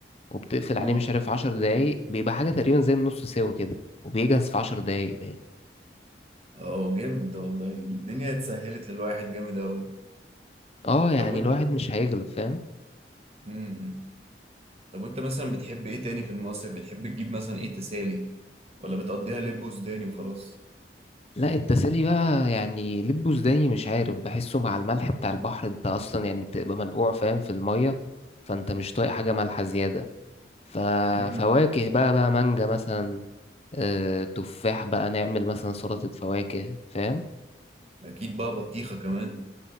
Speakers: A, on the left; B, on the right.
A: وبتقفل عليه
B: اه
A: مش عارف عشر دقايق بيبقى حاجة تقريبا زي النص سوا كده وبيجهز في عشر دقايق بقى
B: اه جامد ده والله الدنيا اتسهلت للواحد جامد اوي
A: اه يعني
B: طب وانت
A: الواحد مش هيغلب فاهم
B: امم طب وانت مثلا بتحب ايه تاني في المصيف بتحب تجيب مثلا ايه تسالي ولا بتقضيها لب وسوداني وخلاص
A: لا التسالي بقى يعني لب وزداني مش عارف بحسه مع الملح بتاع البحر انت اصلا يعني بتبقى منقوع فاهم في المية فانت مش طايق حاجة مالحة زيادة ففواكه
B: امم
A: بقى بقى مانجا مثلا آه، تفاح بقى نعمل مثلا سلطة فواكه فاهم
B: اكيد بقى بطيخه كمان